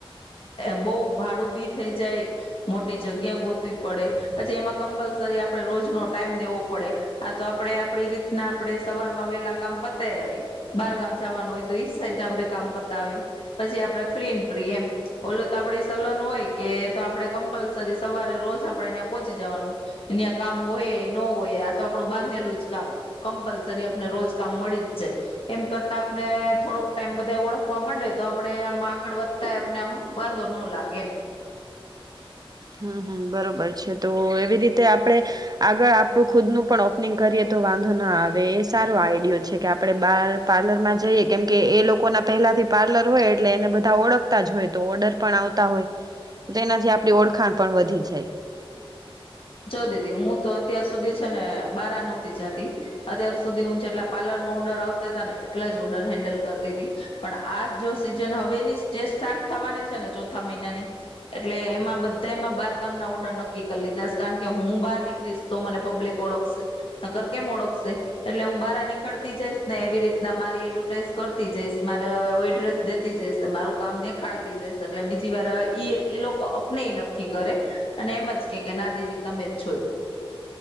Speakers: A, on the left; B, on the right.
A: બહ ભાડું બી થઈ જાય, મોટી જગ્યા ગોતવી પડે, પછી એમાં કમ્પલસરી આપણે રોજ નો ટાઈમ દેવો પડે, આ તો આપડે આપડી રીતના આપણે સવારમાં વહેલા કામ પતાય આવી બારગામ જવાનું હોય તો એઈ સાઈડ આપે કામ પતા આવી, પછી આપડે ફ્રી ફ્રી એમ. ઓલું તો આપડી સલાન હોય કે તો આપડે કમ્પલસરી સવારે રોજ આપડે એં પહોંચી જવાનું, એ કામ હોય ન હોય આ તો આપડું બાંધેલું જ કામ, કમ્પલસરી આપને રોજ કામ મળી જ જાય છે, એમ કરતા આપને થોડોક ટાઈમ બધા ઓળખવા માંડે તો આપડણે આમ આગળ વધતા નેમ બાંધો ન લાગે એમ.
B: હમ હમ બરોબર છે તો એવી રીતે આપડે, આગળ આપડું ખુદનું પણ ઓપનિંગ કરીએ તો વાંધો ના આવે એ સારો આઈડિયો છે કે આપડે બાર પાર્લર માં જ જઈએ કેમ કે એ લોકો ના પેલાથી પાર્લર હોય એટલે એને બધા ઓળખતા જ હોય તો ઓર્ડર પણ આવતા હોય, તેનાથી આપ ઓળ વખાણ પણ વધી જાય.
A: જો દીદી હું તો અત્યાર સુધી છે ને બારા નહોતી જતી, અત્યાર સુધી હું જેટલા પાર્લર માં ઓર્ડર આવતા હતા ને એટલા જ ઓર્ડર હેન્ડલ કરતી હતી, પણ આ જો સિઝન હવેની જે સ્ટાર્ટ થવાની છે ને ચોથા મહિનાની એટલે એમાં બધામાં બાર ગામ ના ઓર્ડર નક્કી કરી લીધા છે. કારણ કે હું બહાર નીકળીશ તો મને પબ્લિક ઓળખશે, નર કેમ ઓળખશે એટલે હું બહાર નીકળતી જઈશ ને એવી રીતના મારી એડવર્ટાઈઝ કરતી જઈશ મારે એડ્રેસ દેતી જઈશ મારું કામ દેખાડતી જઈશ એટલે બીજી વાર એ લોકો અપનેય નક્કી કરે, અને એમ જ કે કે ના દી દેતા મેચ છો.